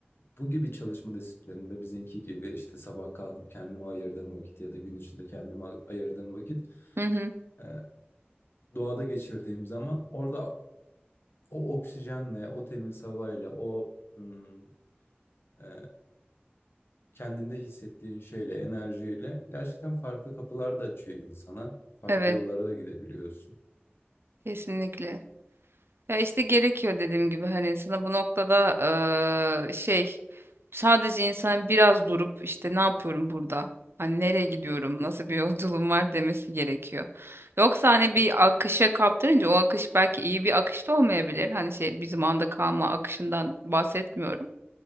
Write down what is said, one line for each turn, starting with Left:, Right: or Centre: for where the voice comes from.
Left: bu gibi çalışma disiplinlerinde bizimki gibi işte sabah kalkıp kendime ayırdığım vakit ya da gün içinde kendime ayırdığım vakit
Right: Hı hı.
Left: e, doğada geçirdiğim zaman orada o oksijenle, o temiz havayla, o hmm, e, kendinde hissettiğin şeyle, enerjiyle gerçekten farklı kapılar da açıyor insana. Farklı
Right: Evet,
Left: yollara da gidebiliyorsun.
Right: kesinlikle. Ya işte gerekiyor dediğim gibi hani sana bu noktada eee, şey sadece insan biraz durup işte ne yapıyorum burada? Hani nereye gidiyorum? Nasıl bir yolculuğum var demesi gerekiyor. Yoksa hani bir akışa kaptırınca o akış belki iyi bir akış da olmayabilir. Hani şey bizim anda kalma akışından bahsetmiyorum.